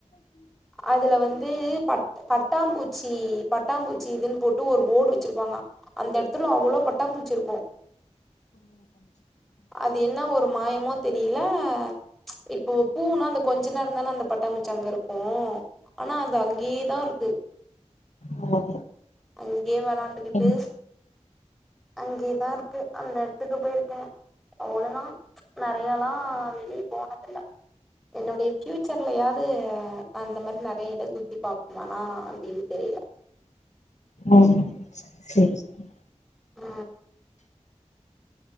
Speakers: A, in the centre; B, on the left.
A: அதுல வந்து ப பட்டாம்பூச்சி பட்டாம்பூச்சி இதுன்னு போட்டு ஒரு போர்டு வச்சிருப்பாங்க அந்த எடத்துல அவ்ளோ பட்டாம்புச்சிருக்கு அது என்ன ஒரு மாயமோ தெரியில ம்ச் இப்போ பூனா அந்த கொஞ்சு நேரந்தானே அந்த பட்டாம்பூச்சி அங்க இருக்கு ஆனா அது அங்கேயேதா இருக்கு
B: ஓ
A: அங்கயே வெளையாண்டுக்கிட்டு
B: ஓ
A: அங்கேயதா இருக்கு அந்த எடத்துக்கு போயிருக்கே அவ்வளோ தா ம்ச் நறையலா வெளியே போனதில்ல என்னுடைய ஃப்யூச்சர்லயாது அந்த மாரி நறைய எடோ சுத்தி பாப்பேனானு அப்படின்னு தெரியல
B: ம் செரி செரி
A: ஆ